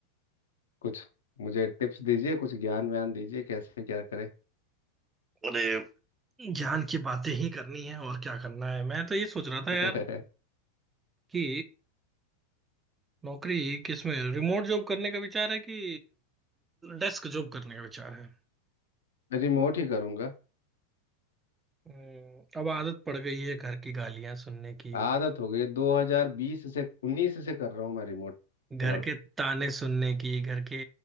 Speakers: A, on the left; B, on the right.
A: कुछ मुझे टिप्स दीजिए कुछ ज्ञान व्यान दीजिए कैसे क्या करें
B: अरे ज्ञान की बातें ही करनी है और क्या करना है मैं तो ये सोच रहा था
A: <laughs>
B: यार कि नौकरी किस में रिमोट जॉब करने का विचार है कि डेस्क जॉब करने का विचार है
A: रिमोट ही करूंगा
B: हम्म, अब आदत पड़ गई है घर की गालियां सुनने की
A: आदत हो गई 2020 से 19 से कर रहा हूँ मैं रिमोट
B: घर
A: वर्क
B: के ताने सुनने की घर के